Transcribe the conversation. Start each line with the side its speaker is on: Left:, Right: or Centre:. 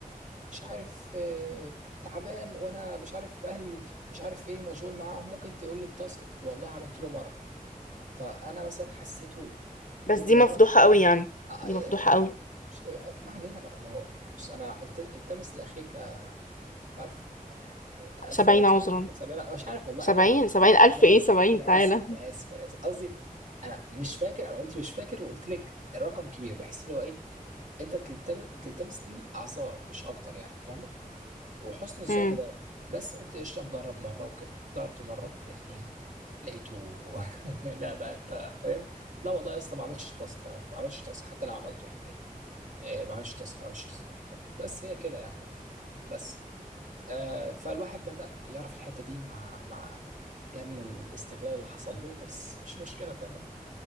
Right: مش عارف آه، تعبان وأنا مش عارف أهلي مش عارف إيه مشغول معاهم ممكن تقول لي التاسك والله عملت له مرة فانا مثلا حسيته
Left: بس
Right: كل
Left: دي
Right: مره
Left: مفضوحه قوي يعني
Right: آه،
Left: دي مفضوحه قوي
Right: ش- ما علينا بقى ما هو بس انا الت- التمس لاخيك مش عارف الف
Left: سبعين
Right: عذر
Left: عذرا
Right: سبعين مش عارف والله
Left: سبعين
Right: انا ما
Left: سبعين ألف
Right: انا
Left: إيه
Right: اسف
Left: سبعين
Right: انا
Left: تعالى
Right: اسف انا اسف انا اسف قصدي انا مش فاكر انا قلت مش فاكر وقلت لك رقم كبير بحس اللي هو ايه انت تلتمس تلتمس لي اعذار مش اكتر يعني فاهم وحسن الظن
Left: امم
Right: ده بس قلت قشطه نجرب مره وكده جربت مره اتنين لقيته <laughs> لا بقى انت فاهم لا والله يا اسطى ما عملتش تاسك ما عملتش تاسك حتى لو عملته يعني آه، ما عملتش تاسك ما عملتش تاسك بس هي كده يعني بس آه، فالواحد بدأ يعرف الحتة دي مع مع كم الاستغلال اللي حصل له بس مش مشكلة فاهمة